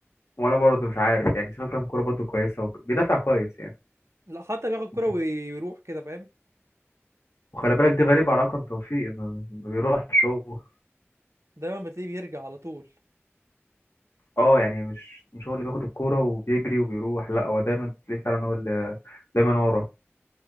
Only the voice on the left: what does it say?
وانا برضه مش عارف يعني شايف اكرم كورة برضه كويسة وك... بيدافع كويس يعني
يمكن.
وخلي بالك دي غريبة على اكرم توفيق ما, ما بيروحش هو
اه يعني مش مش هو اللي بياخد الكورة وبيجري وبيروح لا هو دايما تلاقيه فعلا هو اللي دايما ورا